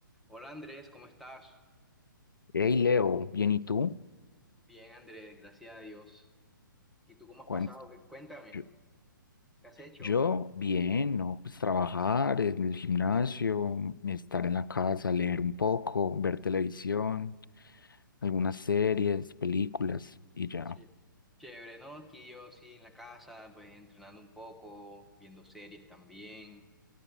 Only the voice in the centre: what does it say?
Hola Andrés, ¿cómo estás?
Bien Andrés, gracias a Dios. ¿Y tú cómo has
pasado? ¿Qué- Cuéntame,
¿qué has hecho?
Sí. Chévere, ¿no? Aquí yo sí en la casa, pues entrenando un poco, viendo series también.